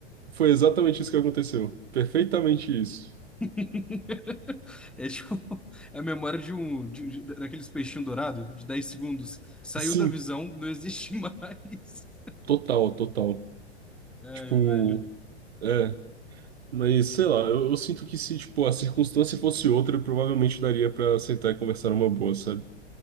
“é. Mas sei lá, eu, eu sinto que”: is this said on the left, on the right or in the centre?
Right